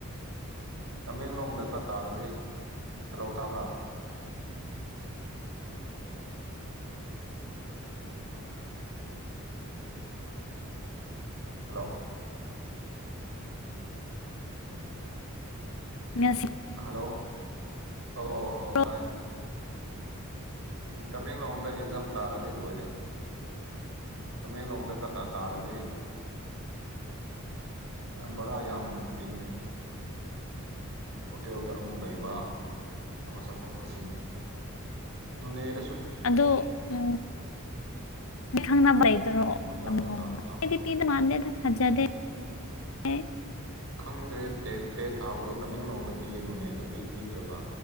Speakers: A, on the right (about 70°); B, on the left (about 65°).
A: ꯇꯃꯦꯡꯂꯣꯡꯗꯒ ꯇꯥꯔꯗꯤ ꯍꯂꯣ ꯇꯥꯕ꯭ꯔꯥ ꯍꯜꯂꯣ
B: ꯃ
A: ꯍꯜꯂꯣ ꯑ ꯑ ꯑꯧ
B: ꯇꯥꯔꯣ
A: ꯇꯥꯏ ꯎ ꯇꯃꯦꯡꯂꯣꯡꯗ ꯑꯦꯛꯖꯝ ꯇꯥꯔꯗꯤ ꯂꯣꯏꯔꯦ ꯇꯃꯦꯡꯂꯣꯡꯗꯒ ꯇꯥꯔꯗꯤ ꯕꯔꯥ ꯌꯥꯝ ꯇꯤꯡꯉꯅꯤ ꯍꯣꯇꯦꯜꯗ ꯑꯃꯨꯛ ꯂꯩꯕ ꯅꯪꯃ ꯆꯠꯊꯣꯛ ꯆꯠꯁꯤꯟ ꯅꯅꯦꯗ
B: ꯑꯗꯨꯗꯣ ꯎ ꯃꯤ ꯈꯪꯅꯕ ꯂꯩꯗꯔꯣ
A: ꯇꯦꯡꯈꯣꯟꯖꯥꯡꯗ
B: ꯇꯝꯣ
A: ꯇꯥ ꯇꯥꯕ
B: ꯑꯩꯗꯤ ꯄꯤꯗ ꯃꯥꯟꯗꯦꯗ ꯊꯥꯖꯗꯦ ꯑꯦ
A: ꯈꯪꯗꯦ ꯇꯦꯠ ꯊꯥꯕꯗꯣ ꯇꯃꯦꯡꯂꯣꯡꯗ ꯄꯤꯌꯦꯅꯨꯅꯦꯗ ꯄꯤꯗ꯭ꯔꯒ